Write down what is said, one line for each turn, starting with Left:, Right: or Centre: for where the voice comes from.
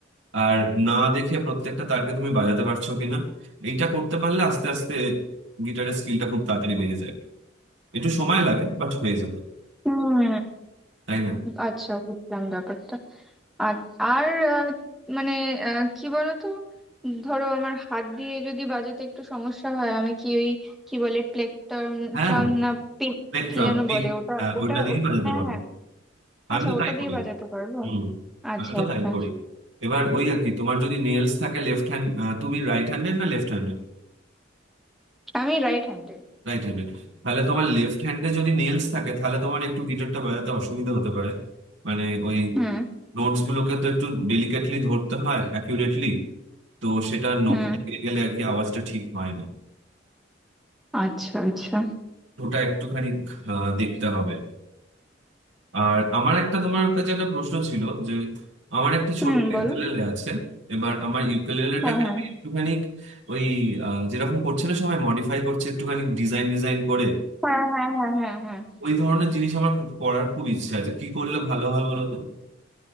Right: আর না দেখে প্রত্যেকটা তারকে তুমি বাজাতে পারছো কিনা এইটা করতে পারলে আস্তে আস্তে গিটারের স্কিলটা খুব তাড়াতাড়ি বেড়ে যায় একটু সময় লাগে বাট হয়ে যাবে
Centre: হুম
Right: তাই না
Centre: আচ্ছা বুঝলাম ব্যাপারটা আর আর আহ, মানে আহ, কি বলতো ধরো আমার হাত দিয়ে যদি বাজাতে একটু সমস্যা হয় আমি কি ওই কি বলে প্লেকটার্ম
Right: হ্যাঁ
Centre: ট্রাম না পিক
Right: পেট্রাম
Centre: কি যেন
Right: পিক
Centre: বলে ওটা
Right: হ্যাঁ
Centre: ওটা
Right: ওইটা দিয়েই
Centre: ও-
Right: বাজাতে
Centre: হ্যাঁ
Right: পারো
Centre: হ্যাঁ আচ্ছা
Right: আমি তো
Centre: ওটা
Right: তাই
Centre: দিয়ে
Right: করি
Centre: বাজাতে পারবো
Right: হুম
Centre: আচ্ছা
Right: আমি তো
Centre: আচ্ছা
Right: তাই করি এবার ওই আর কি তোমার যদি নেলস থাকে লেফট হ্যান্ড তুমি রাইট হ্যান্ডেড না লেফট হ্যান্ডেড
Centre: আমি রাইট হ্যান্ডেড
Right: Right handed তাহলে তোমার লেফট হ্যান্ডে যদি নেলস থাকে তাহলে তোমার একটু গিটারটা বাজাতে অসুবিধা হতে পারে মানে ওই
Centre: হুম,
Right: নোটস গুলোকে তো একটু ডেলিকেটলি ধরতে হয় অ্যাকিউরেটলি তো সেটা নখে
Centre: হুম।
Right: লেগে গেলে আর কি আওয়াজটা ঠিক হয় না
Centre: আচ্ছা, আচ্ছা।
Right: ওটা একটুখানি আহ, দেখতে হবে আর আমার একটা তোমার কাছে একটা প্রশ্ন ছিল যে আমার একটা ছোট্ট
Centre: হুম, বলো।
Right: ইউকেলেলে আছে এবার আমার ইউকেলেলেটাকে
Centre: হ্যাঁ, হ্যাঁ।
Right: আমি একটুখানি ওই আহ, যেরকম করছে না সবাই মডিফাই করছে একটুখানি ডিজাইন ডিজাইন করে
Centre: হ্যাঁ, হ্যাঁ, হ্যাঁ, হ্যাঁ, হ্যাঁ।
Right: ওই ধরনের জিনিস আমার খুব করার খুব ইচ্ছে আছে কি করলে ভালো হয় বলো তো